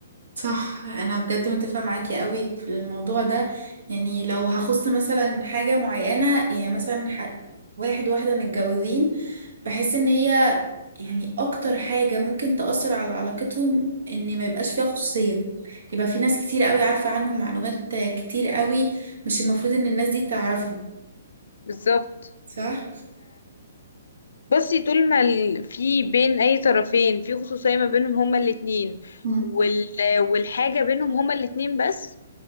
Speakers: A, on the right; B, on the left.
A: صح انا بجد متفقة معاكي قوي في الموضوع ده يعني لو هخص مثلا حاجة معينة يعني مثلا ح- واحد واحدة متجوزين بحس ان هي يعني اكتر حاجة ممكن تأثر على علاقتهم ان ما يبقاش فيها خصوصية يبقى في ناس كتير قوي عارفة عنهم معلومات كتير قوي مش المفروض ان الناس دي تعرفها
B: بالظبط
A: صح
B: بصي طول ما ال- في بين اي طرفين في خصوصية ما بينهم هما الاتنين
A: مم.
B: وال... والحاجة بينهم هما الاتنين بس